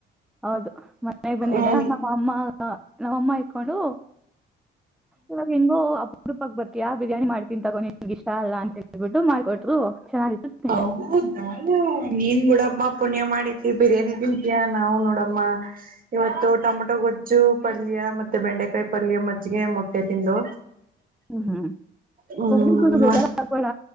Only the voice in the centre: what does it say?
ಹೌದು ಮನೆಗ ಬಂದಿದೆ
ನಮ್ಮ ಅಮ್ಮ ನಮ್ಮ ಅಮ್ಮ ಇಕೊಂಡು ಇವಾಗ್ ಹೆಂಗೋ ಅಪರೂಪಕ್ಕ ಬರತೀಯಾ ಬಿರಿಯಾನಿ ಮಾಡತ್ತಿನಿ ತಗೊ ನಿನಗ್ ನಿನಗ್ ಇಷ್ಟ ಅಲ್ಲ ಅಂತ ಹೇಳ್ಬಿಟ್ಟು ಮಾಡ್ಕೊಟ್ರು ಚೆನ್ನಾಗಿತ್ತು ತಿಂದೆ
ಹ್ಮ್ ಹ್ಮ್
<unintelligible> ಬೇಜಾರಾಗಬೇಡ